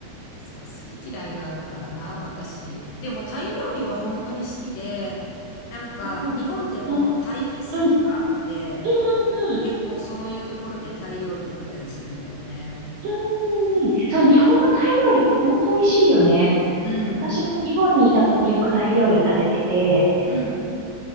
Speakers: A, on the left (about 75°); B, on the right (about 70°).
A: そう、好き嫌いがあるからな、私。でもタイ料理は本当に好きで、なんか日本でもタイフェスとかあって、
B: うんうんうんうんうんうんうん。
A: 結構そういうところでタイ料理食べたりするんだよね。
B: うんうんそう、日本のタイ料理って本当美味しいよね。
A: うん、
B: 私も日本にいた時よくタイ料理食べてて、
A: うん、